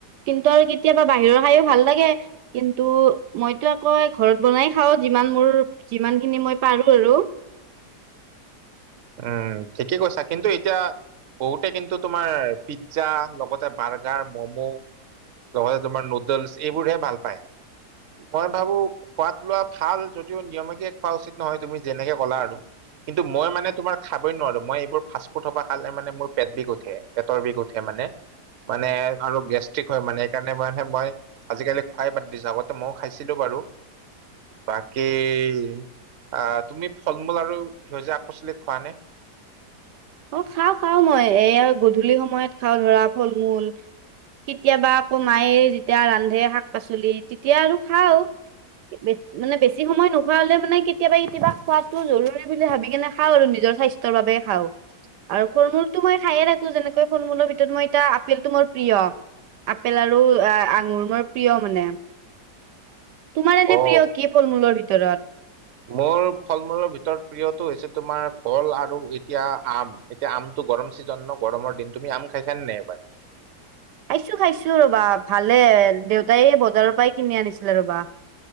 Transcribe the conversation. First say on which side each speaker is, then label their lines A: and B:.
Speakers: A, on the right; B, on the right.
A: কিন্তু আৰু কেতিয়াবা বাহিৰৰ খাইয়ো ভাল লাগে। কিন্তু মইতো আকৌ ঘৰত বনাই খাওঁ যিমান মোৰ যিমান খিনি মই পাৰো আৰু।
B: উমঁ, ঠিকেই কৈছা, কিন্তু এতিয়া- বহুতে কিন্তু তোমাৰ পিকজ্জা লগতে বাৰ্গাৰ, ম'ম- লগতে তোমাৰ নুডেলছ এইবোৰহে ভাল পায়। মই ভাবো খোৱাত-লোৱা ভাল যদিও নিয়মিকে খোৱা উচিত নহয় তুমি যেনেকে ক'লা আৰু। কিন্ত মই মানে তোমাৰ খাবই নোৱাৰো, মই এইবোৰ- ফাষ্টফুট পৰা খালে মানে মোৰ পেট বিষ উঠে, পেটৰ বিষ উঠে মানে- আৰু গেষ্ট্ৰিক হয় মানে সেইকাৰণে মানে মই আজিকালি খোৱাই বাদ দিছো আগতে মইও খাইছিলো বাৰু। বাকী' আঁহ' তুমি ফল-মূল আৰু সেউজীয়া শাক-পাচলি খোৱা নে?
A: অ, খাওঁ, খাওঁ মই। এয়া গধূলি সময়ত খাওঁ ধৰা ফল-মূল। কেতিয়াবা আকৌ মায়ে যেতিয়া ৰান্ধে শাক-পাচলি তেতিয়া আৰু খাওঁ। ে মানে বেছি নোখা হলে মানে কেতিয়াবা কেতিয়াবা খোৱাাতটো জৰুৰী বুলি ভাবি কেনে খাওঁ নিজৰ স্বাস্থ্য। <inaudible> মানে বেছি নোখা হলে মানে কেতিয়াবা, কেতিয়াবা খোৱাাতটো জৰুৰী বুলি ভাবি কেনে খাওঁ আৰু। নিজৰ স্বাস্থ্য ৰ বাবে খাওঁ। আৰু ফল-মূলতটো মই খায়ে থাকো, যেনেকৈ ফুল-মূলৰ ভিতৰত মই এতিয়া আপেলটো মোৰ প্ৰিয়। আপেল আৰু আঙুৰ মোৰ প্ৰিয় মানে। তোমাৰ এনেই
B: অ
A: প্ৰিয় কি ফল-মূলৰ ভিতৰত?
B: মোৰ ফল মূলৰ ভিতৰত প্ৰিয়টো হৈছে তোমাৰ ভ'ল আৰু এতিয়া আম। এতিয়া আমটো গৰম ছিজন ন' গৰমৰ দিন তুমি আম খাইছানে নাই এইবাৰ?
A: খাইছো, খাইছো, ৰবা ভালে দেউতাই বজাৰৰ পৰাই কিনি আনিছিলে ৰবা।